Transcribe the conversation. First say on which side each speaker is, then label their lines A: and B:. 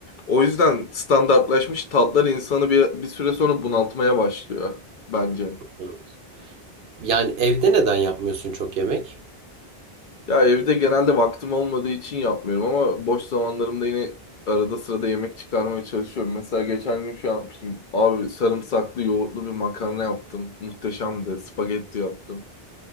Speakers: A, on the left; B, on the right.
A: O yüzden standartlaşmış tatlar insanı bir, bir süre sonra bunaltmaya başlıyor bence.
B: Evet. Yani evde neden yapmıyorsun çok yemek?
A: Ya evde genelde vaktim olmadığı için yapmıyorum ama boş zamanlarımda yine arada sırada yemek çıkarmaya çalışıyorum. Mesela geçen gün şey yapmıştım. Abi sarımsaklı yoğurtlu bir makarna yaptım. Muhteşemdi. Spagetti yaptım.